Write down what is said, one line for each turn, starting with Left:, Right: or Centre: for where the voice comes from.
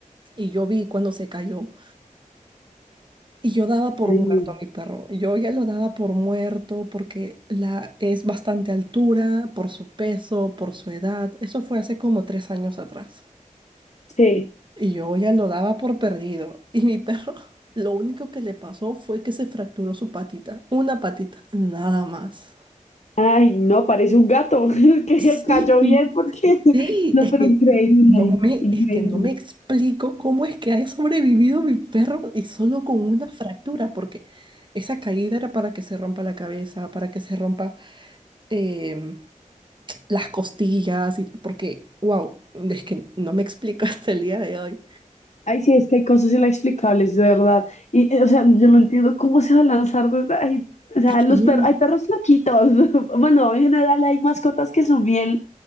Right: Y yo vi cuando se cayó, y yo daba por
Left: Ay,
Right: muerto
Left: no.
Right: a mi perro. Yo ya lo daba por muerto porque la, es bastante altura, por su peso, por su edad. Eso fue hace como tres años atrás.
Left: Sí.
Right: Y yo ya lo daba por perdido. Y mi perro, <laughs> lo único que le pasó fue que se fracturó su patita. Una patita, nada más.
Left: Ay, no, parece un gato, <laughs> Es que
Right: Sí,
Left: cayó bien porque, <laughs>
Right: Sí,
Left: no,
Right: es
Left: pero
Right: que
Left: increíble,
Right: no me,
Left: increíble.
Right: es que no me explico cómo es que ha sobrevivido mi perro y solo con una fractura, porque esa caída era para que se rompa la cabeza, para que se rompa em, las costillas, y, porque, wow, es que no me explico <laughs> hasta el día de hoy.
Left: Ay, sí, es que hay cosas inexplicables, de verdad. Y, eh, o sea, yo no entiendo cómo se va a lanzar desde ahí. O sea,
Right: Es que
Left: los
Right: no,
Left: perros,
Right: en-
Left: hay perros loquitos. <laughs> Bueno, en general hay mascotas que son bien